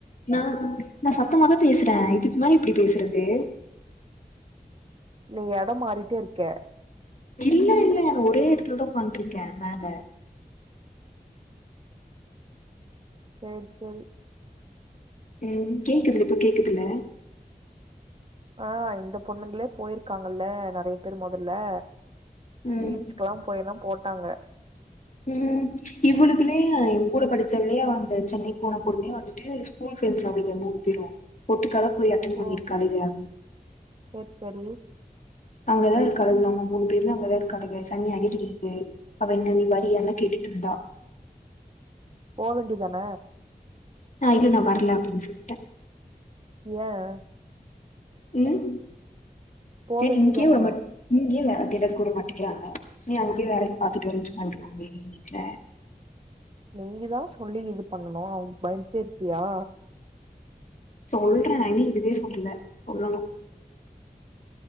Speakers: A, on the left (about 50°); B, on the right (about 35°).
A: நா-நா சத்தமா தான் பேசுறன் இதுக்கு மேல எப்டி எப்டி பேசுறது
B: நீ எடம் மாறிட்டே இருக்க
A: இல்லல்ல ஒரே எடத்துலதான் உக்காண்ட்ருகேன் மேல
B: செரி-செரி
A: உம் கேக்குது இப்போ கேக்குதுல
B: ஆஹ் இந்த பொண்ணுங்ளே போயிர்காங்கல நெறய பேரு மொதல்ல
A: ம்
B: பீச்குலாம் போய்லாம் போ தாங்க
A: உஹம் இவ்ளுக்குனே என் கூட படிச்சாலியா அந்த சென்னை போன பொண்ணு வந்துட்டு ஸ்கூல் ஃப்ரெண்ட்ஸ் அவளுக மூணு பேரு ஒட்டுகாதா போயி அட்டண் பன்னிருக்கா
B: ஓ
A: <unintelligible>
B: சேரி சேரி
A: அங்கதா இருக்காலுங்க அவுங்க மூணு பேருமே அங்கதா இருக்காலுங்க சனிய <unintelligible> இருக்கு அவ என்ன நீ வரியான கேட்டுட்டு இருந்தா
B: போவேண்டியது தான
A: ஆஹ் இது நான் வரல அப்படின்னு சொல்லிட்டேன்
B: ஏன்
A: ம்
B: போ
A: ஏன்
B: வேண்டிதான
A: இங்கே விடமாட்ட இங்கே வே பேர கூட மாட்டிக்கிறாங்க நீ அங்கயே வேலயும் பாத்துட்டு வரனு சொன்ன விடுவாங்களா வீட்ல
B: நீங்க தான் சொல்லி இது பண்ணணும் அவுங்க பயந்துட்டே இருப்பியா
A: சொல்றேன் இன்னி இதுவே சொல்லல சொல்லனும்